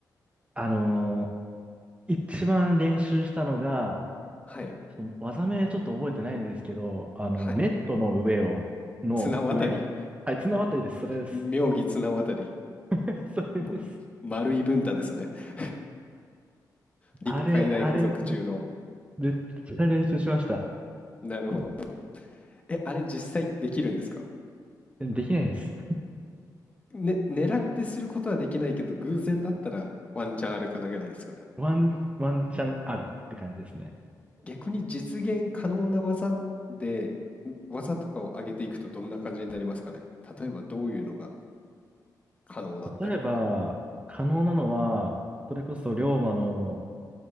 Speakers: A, on the right; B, on the left.
A: あのー一番練習したのが、
B: はい、
A: ちょっと技名ちょっと覚えてないんですけど、あの、
B: はい。
A: ネットの上を、の上を、
B: 綱渡り。
A: はい、綱渡りです、それです。
B: 妙義綱渡り。
A: <laughs> それです。
B: も丸い文太ですね。<laughs> 立海大附属中の。
A: あれ、あれ、めめっちゃ練習しました。
B: なるほど。え、あれ実際できるんですか
A: できないです。
B: ね、狙ってすることはできないけど、偶然だったらワンチャンあるかなぐらいですかね。
A: ワン、ワンチャンあるって感じですね。
B: 逆に実現可能な技で、ん技とかを上げていくとどんな感じになりますかね。例えばどういうのが可能だったりみたい
A: 例えば、可能なのは、それこそ龍馬の